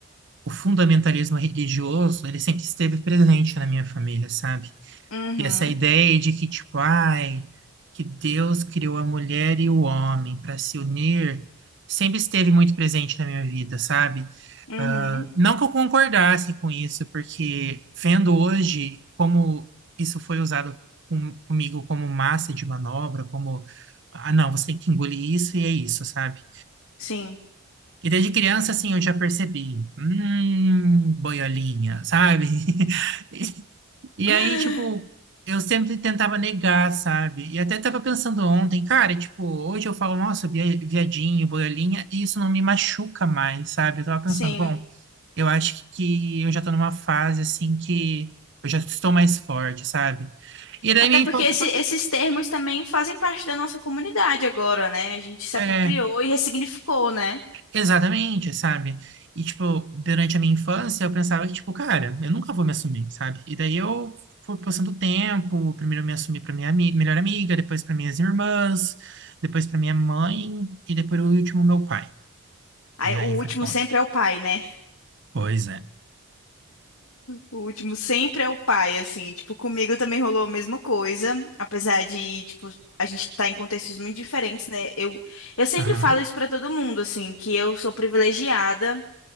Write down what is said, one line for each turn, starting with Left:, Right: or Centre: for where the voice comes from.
Right: o fundamentalismo religioso, ele sempre esteve presente na minha família, sabe?
Left: Uhum,
Right: E essa ideia de que, tipo, ai, que Deus criou a mulher e o homem para se unir, sempre esteve muito presente na minha vida, sabe?
Left: uhum,
Right: Ah, não que eu concordasse com isso, porque vendo hoje como isso foi usado com- comigo como massa de manobra, como, ah, não, você tem que engolir isso e é isso, sabe?
Left: sim,
Right: E desde criança, assim, eu já percebi, hum, boiolinha, sabe? <laughs> E
Left: <gasps>
Right: aí, tipo, eu sempre tentava negar, sabe? E até tava pensando ontem, cara, tipo, hoje eu falo, nossa, via- viadinho, boiolinha, e isso não me machuca mais, sabe? Eu tava pensando,
Left: sim.
Right: bom, eu acho que eu já tô numa fase, assim, que eu já estou mais forte, sabe? E daí
Left: Até
Right: minha
Left: porque
Right: infância
Left: esse-
Right: foi.
Left: esses termos também fazem parte da nossa comunidade agora, né? A gente se
Right: é,
Left: apropriou e ressignificou, né?
Right: Exatamente, sabe? E, tipo, durante a minha infância, eu pensava que, tipo, cara, eu nunca vou me assumir, sabe? E daí eu fui passando o tempo, primeiro eu me assumi pra minha ami- melhor amiga, depois pra minhas irmãs, depois pra minha mãe, e depois o último, meu pai.
Left: Aí,
Right: E
Left: o
Right: aí
Left: último
Right: foi foda.
Left: sempre é o pai, né?
Right: Pois é.
Left: O último sempre é o pai, assim, tipo, comigo também rolou a mesma coisa, apesar de, tipo, a gente tá em contextos muito diferentes, né? Eu, eu sempre
Right: Aham.
Left: falo isso pra todo mundo, assim, que eu sou privilegiada